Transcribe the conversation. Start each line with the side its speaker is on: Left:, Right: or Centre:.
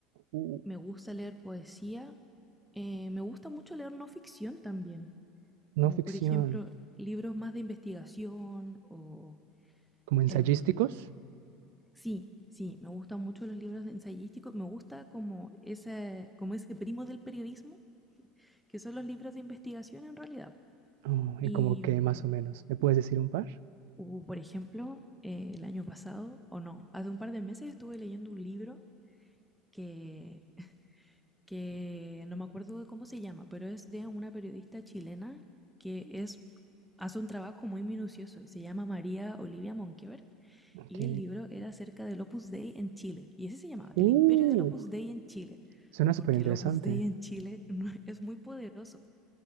Right: Uh,
Centre: Me gusta leer poesía. Eh, me gusta mucho leer no ficción también.
Right: no
Centre: Como
Right: ficción,
Centre: por ejemplo libros más de investigación o
Right: como ensayísticos,
Centre: Em, sí, sí, me gustan mucho los libros de ensayísticos. Me gusta como ese, como ese primo del periodismo, que son los libros de investigación en realidad.
Right: Oh,
Centre: Y
Right: y como que
Centre: mm,
Right: más o menos. ¿Me puedes decir un par?
Centre: hubo, por ejemplo, eh, el año pasado, o no, hace un par de meses estuve leyendo un libro que que no me acuerdo de cómo se llama, pero es de una periodista chilena que es, hace un trabajo muy minucioso. y Se llama María Olivia Monkeberg
Right: Ok.
Centre: y el libro era acerca del Opus Dei en Chile. Y ese se llamaba
Right: Uh,
Centre: El Imperio del Opus Dei en Chile,
Right: suena
Centre: porque
Right: súper interesante.
Centre: el Opus Dei en Chile <laughs> no- es muy poderoso.